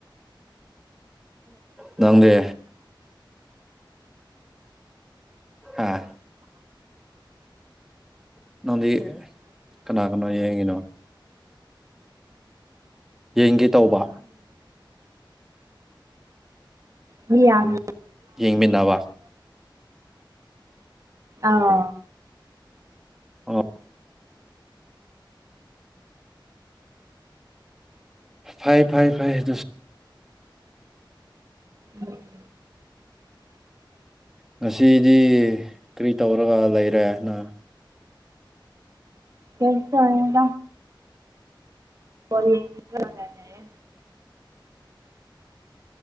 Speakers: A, in the centre; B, on the right.
A: ꯅꯪꯗꯤ ꯍꯥꯥ ꯅꯪꯗꯤ ꯀꯅꯥ ꯀꯅꯥꯣ ꯌꯦꯡꯉꯤꯅꯣ ꯌꯦꯡꯒꯦ ꯇꯧꯕ
B: ꯃꯤ ꯌꯥꯒ
A: ꯌꯦꯡꯃꯤꯟꯅꯕ
B: ꯑꯥ
A: ꯎꯝ ꯐꯚ ꯐꯥꯏ ꯐꯥꯏꯣ
B: ꯎꯝ <unintelligible>
A: ꯉꯁꯤꯗꯤ ꯀꯔꯤ ꯇꯧꯔꯒ ꯂꯩꯔꯦꯅ
B: ꯀꯦꯁ ꯑꯣꯏꯅꯤꯡꯗ ꯀ ꯀꯩꯦ